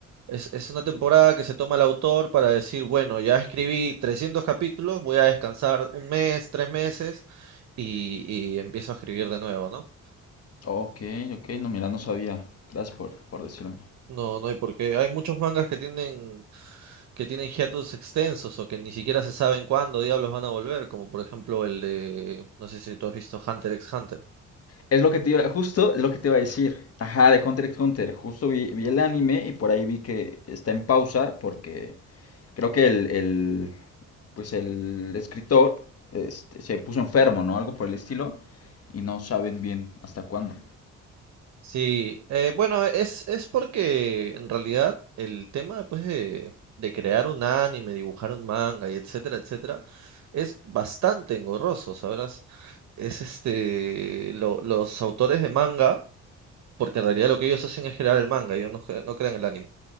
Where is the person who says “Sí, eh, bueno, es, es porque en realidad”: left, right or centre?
Right